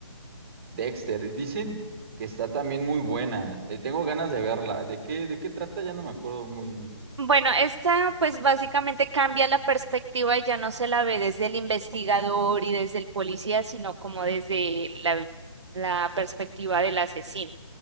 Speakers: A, on the right; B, on the right.
A: Dexter, dicen que está también muy buena. Eh, tengo ganas de verla. ¿De qué, de qué trata? Ya no me acuerdo muy bien.
B: Bueno, esta pues básicamente cambia la perspectiva y ya no se la ve desde el investigador y desde el policía, sino como desde la, la perspectiva del asesino.